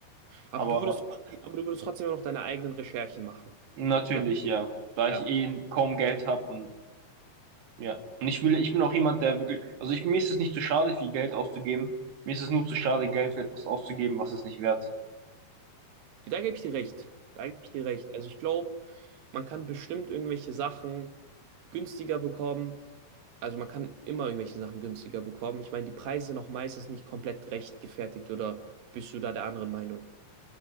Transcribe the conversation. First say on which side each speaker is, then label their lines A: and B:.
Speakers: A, on the right; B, on the right.
A: Aber
B: Aber
A: du würdest, trotzdem- aber du würdest trotzdem noch deine eigenen Recherchen machen.
B: Natürlich,
A: Das,
B: ja. Da ich
A: ja.
B: eh kaum Geld habe und ja. Und ich will, ich bin auch jemand, der wirklich, also ich, mir ist es nicht zu schade, viel Geld auszugeben. Mir ist es nur zu schade, Geld für etwas auszugeben, was es nicht wert. ist.
A: Da gebe ich dir recht. Da gebe ich dir recht. Also ich glaube, man kann bestimmt irgendwelche Sachen günstiger bekommen. also man kann immer irgendwelche Sachen günstiger bekommen. Ich meine, die Preise sind auch meistens nicht komplett rechtgefertigt oder bist du da der anderen Meinung?